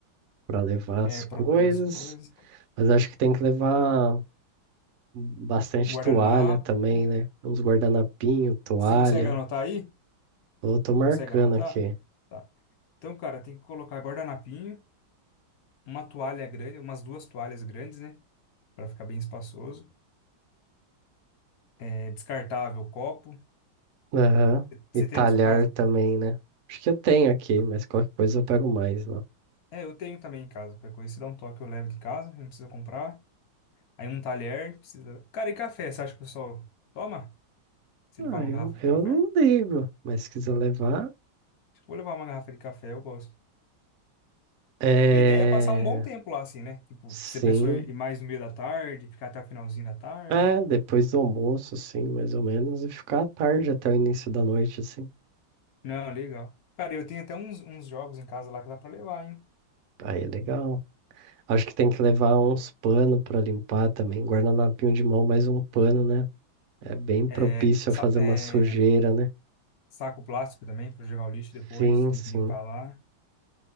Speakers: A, on the right; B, on the left.
A: pra levar
B: É,
A: as
B: para
A: coisas.
B: as coisas.
A: Mas acho que tem que levar bastante
B: Guardanapo.
A: toalha também, né? Uns guardanapinho, toalha,
B: Você consegue anotar aí?
A: Tô, tô marcando
B: Consegue anotar?
A: aqui.
B: Tá. Então, cara, tem que colocar guardanapinho, uma toalha grande, umas duas toalhas grandes, né? Pra ficar bem espaçoso. É descartável o copo.
A: Aham.
B: Você
A: E talhar
B: tem na sua casa?
A: também, né? Acho que eu tenho aqui, mas qualquer coisa eu pego mais lá.
B: É, eu tenho também em casa. Qualquer coisa, se dá um toque, eu levo de casa, não precisa comprar. Aí um talher, precisa. Cara, e café? Você acha que o pessoal toma? Se
A: Ah,
B: levar uma
A: eu,
B: garrafa de
A: eu
B: café?
A: não ligo, mas se quiser levar.
B: Acho que vou levar uma garrafa de café, eu gosto.
A: É.
B: Porque a ideia é passar um bom tempo lá, assim, né? Tipo,
A: Sim.
B: você pensou em ir mais no meio da tarde, ficar até o finalzinho da tarde?
A: É, depois do almoço, assim, mais ou menos, e ficar à tarde até o início da noite, assim.
B: Não, legal. Cara, eu tenho até uns, uns jogos em casa lá que dá pra levar, hein?
A: Aí é legal. Acho que tem que levar uns pano pra limpar também. Guardanapinho de mão, mais um pano, né? É bem propício
B: É, sa-
A: a fazer
B: é,
A: uma sujeira, né?
B: saco plástico também, pra jogar o lixo depois,
A: Sim,
B: tem
A: sim.
B: que limpar lá.